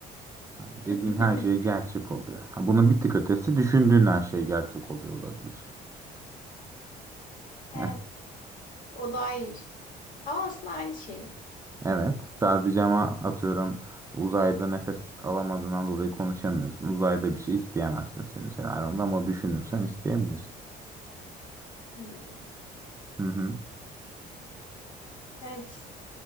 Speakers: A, on the right; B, on the left.
A: Yani dediğin
B: <laughs>
A: her şey gerçek oluyor. Ha, bunun bir tık ötesi düşündüğün her şey gerçek oluyor olabilir.
B: Evet.
A: Heh,
B: O daha iyiymiş. Ama aslında aynı şey.
A: evet sadece ama atıyorum uzayda nefes alamadığından dolayı konuşamıyorsun. Uzayda bir şey isteyemezsin senin senaryonda ama düşünürsen isteyebilirsin.
B: Hmm.
A: Hı hı.
B: Evet.